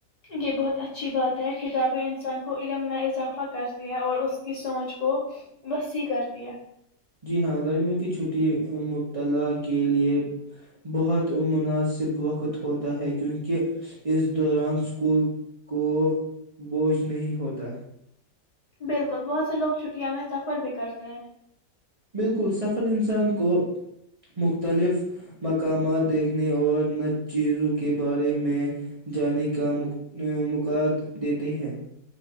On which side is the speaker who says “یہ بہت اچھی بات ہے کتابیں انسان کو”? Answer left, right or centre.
Left